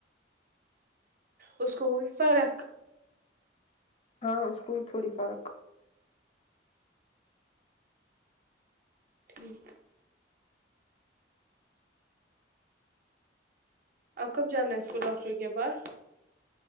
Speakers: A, on the right; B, on the left.
A: اس کو فرق
B: ہاں اس کو ہی تھوڑی فرق
A: ٹھیک اب کب جانا ہے اس کو ڈاکٹر کے پاس